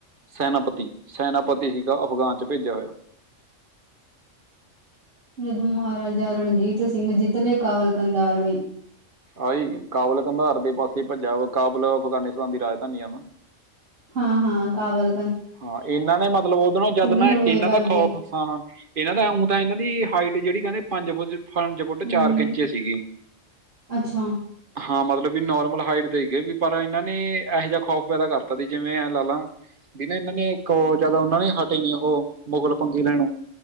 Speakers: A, on the right; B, on the right.
A: ਸੈਨਾਪਤੀ, ਸੈਨਾਪਤੀ ਸੀਗਾ ਅਫਗਾਨ 'ਚ ਭੇਜਿਆ ਹੋਇਆ।
B: ਜਦੋਂ ਮਹਾਰਾਜਾ ਰਣਜੀਤ ਸਿੰਘ, ਜਿੱਤਲੇ ਕਾਬਲ ਕੰਦਾਰਵਈ।
A: ਆਹੀ ਕਾਬਲ ਕੰਧਾਰ ਦੇ ਪਾਸੇ ਭੱਜਿਆ ਵਾ, ਕਾਬਲ ਅਫਗਾਨਿਸਤਾਨ ਦੀ ਰਾਜਧਾਨੀ ਆ ਨਾ।
B: ਹਾਂ ਹਾਂ, ਕਾਬਲ।
A: ਹਾਂ ਇਹਨਾਂ ਨੇ ਮਤਲਬ ਉਦੋਂ ਨਾਲ ਜਦ ਨਾ,
B: ਨਲੂਏ
A: ਇਹਨਾਂ
B: ਵਰਗੇ
A: ਦਾ ਖ਼ੌਫ਼ ਹਾਂ ਹਾਂ, ਇਹਨਾਂ ਦਾ ਉਊਂ ਤਾਂ ਇਹਨਾਂ ਦੀ ਹਾਈਟ ਜਿਹੜੀ ਕਹਿੰਦੇ ਪੰਜ ਫੁੱਟ ਪੰਜ ਫੁੱਟ
B: ਹੂੰ
A: ਚਾਰ ਕ ਇੰਚੇ ਸੀਗੀ।
B: ਅੱਛਾ
A: ਹਾਂ ਮਤਲਬ ਵੀ ਨੋਰਮਲ ਹਾਈਟ ਦੇ ਹੀਗੇ ਵੀ, ਪਰ ਇਹਨਾਂ ਨੇ ਇਹੋ ਜਿਹਾ ਖ਼ੌਫ਼ ਪੈਦਾ ਕਰਤਾ ਸੀ ਜਿਵੇਂ ਐਂ ਲਾ ਲਾ ਵੀ ਨਾ ਇਹਨਾਂ ਨੇ ਉਹ ਇੱਕ ਜਿਆਦਾ, ਉਹਨਾਂ ਨੇ ਹਟੇ ਨੀ ਉਹ ਮੁਗਲ ਪੰਗੇ ਲੈਣੋ